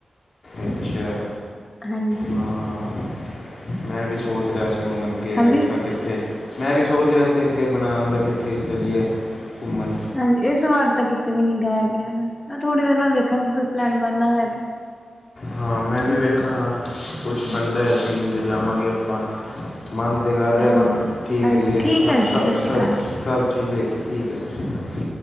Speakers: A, on the left; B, on the left.
A: ਅੱਛਾ।
B: ਹਾਂਜੀ।
A: ਹਾਂ ਮੈਂ ਵੀ ਸੋਚ ਰਿਹਾ ਸੀ ਹੁਣ ਅੱਗੇ
B: ਹਾਂਜੀ
A: ਵੇਖਿਆ ਕਿੱਥੇ ਮੈਂ ਵੀ ਸੋਚ ਰਿਹਾ ਸੀ ਅੱਗੇ ਬਣਾਣ ਦਾ ਕਿੱਥੇ ਚਲੀਏ ਘੁੰਮਣ।
B: ਹਾਂਜੀ, ਇਸ ਵਾਰ ਤਾਂ ਕਿਤੇ ਵੀ ਨੀ ਗਾਇਆ ਗਿਆ ਬਸ ਥੋੜੀ ਦੇਰ ਨਾਲ ਵੇਖਾਂਗੇ ਕੋਈ ਪਲੈਨ ਬਣਦਾ ਹੋਇਆ ਤਾਂ।
A: ਹਾਂ ਮੈਂ ਵੀ ਵੇਖਾਂਗਾ। ਕੁਛ ਬਣਦਾ ਹੋਇਆ ਸੀਨ ਤੇ ਜਾਵਾਂਗੇ ਆਪਾਂ। ਮਾਨਦੇ ਕਰ ਰਹੇ
B: ਹਾਂਜੀ
A: ਪਰ
B: ਹਾਂਜੀ
A: ਕੀ
B: ਹਾਂਜੀ
A: ਕਰੀਏ
B: ਠੀਕ ਹੈ ਜੀ
A: ਸ
B: ਸਤਿ ਸ਼੍ਰੀ
A: ਸਭ
B: ਅਕਾਲ
A: ਸਭ ਠੀਕ ਐ ਠੀਕ ਐ।